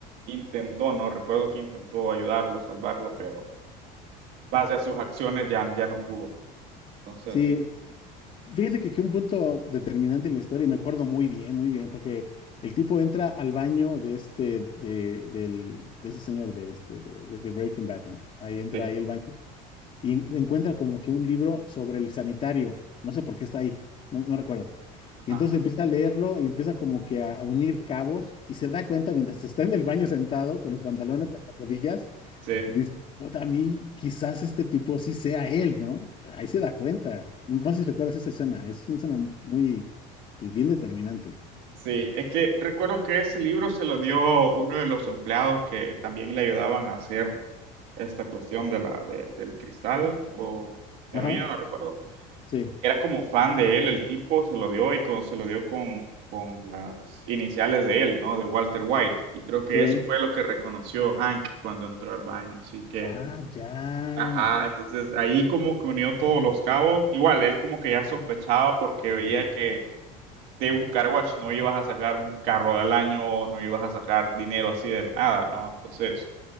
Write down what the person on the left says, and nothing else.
Sí, fíjate que, que un punto determinante en la historia, y me acuerdo muy bien, muy bien, porque el tipo entra al baño de este, de, del, de ese señor, de este, de, de- de Breaking Bad, ¿no? Ahí entra
ahí el baño. y encuentra como que un libro sobre el sanitario, no sé por qué está ahí, no, no recuerdo.
Y entonces empieza a leerlo y empieza como que a unir cabos y se da cuenta mientras está en el baño sentado con los pantalones en las rodillas,
dice, "Puta, a mí quizás este tipo sí sea él, ¿no? Ahí se da cuenta. No sé si recuerdas esa escena, es una escena muy, pues bien determinante.
Ajá,
sí,
sí.
Ah, ya.
Sí,
sí.